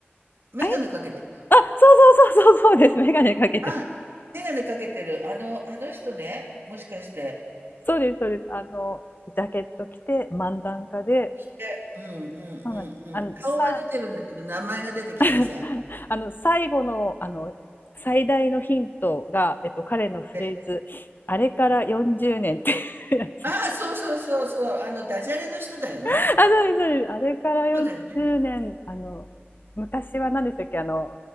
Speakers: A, on the right (about 65°); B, on the left (about 50°).
A: 眼鏡かけて
B: えあ、そうそうそうそうそうです。メガネかけてます。
A: あ、眼鏡かけてる。あの、あの人ね、もしかして。
B: そうです、そうです。あの、ジャケット着て、漫談家で、
A: でうんうんうんうん。
B: そうなんです。あの、
A: 顔は出てるんだけど、
B: さ、
A: 名前が出てきません。
B: <laughs> あの最後のあの最大のヒントが、えっと、彼のフレーズ「あれから40年」っていうやつで
A: えああ、そうそうそうそう、あの、ダジャレの人だよね。
B: <laughs> あそうですそうですあれから40年あの昔は何でしたっけあの
A: そうだよね。